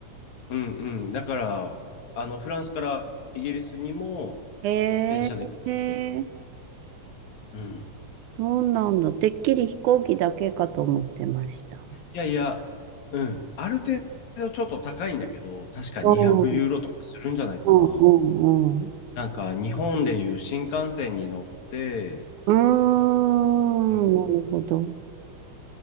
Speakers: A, on the left; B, on the right.
A: う。うんうん。だから、あの、フランスからイギリスにも
B: へえ、
A: 電車で行ってる。うん。
B: そうなんだ。てっきり飛行機だけかと思ってました。
A: いやいや、うん。ある程度ちょっと高いんだけど、確か200ユーロとかするんじゃないかな。
B: うんうんうんうん。
A: なんか日本でいう新幹線に乗って、
B: うーん、
A: うん、
B: なるほど。